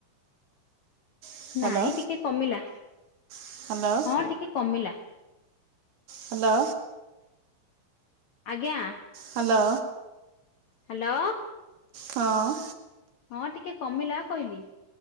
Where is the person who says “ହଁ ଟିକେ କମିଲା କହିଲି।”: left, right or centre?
Left